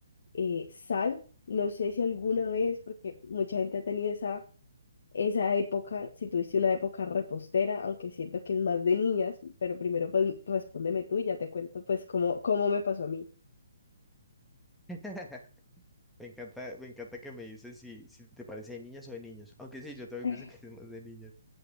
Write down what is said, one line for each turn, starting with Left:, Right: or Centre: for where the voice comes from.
Left: eh, sal, no sé si alguna vez, porque mucha gente ha tenido esa, esa época, si tuviste una época repostera, aunque siento que es más de niñas, pero primero pues respóndeme tú y ya te cuento pues cómo, cómo me pasó a mí.
Centre: <laughs> Me encanta, me encanta que me dices si, si te parece de niñas o de niños. Aunque sí, yo también
Left: <laughs>
Centre: pienso que es más de niños.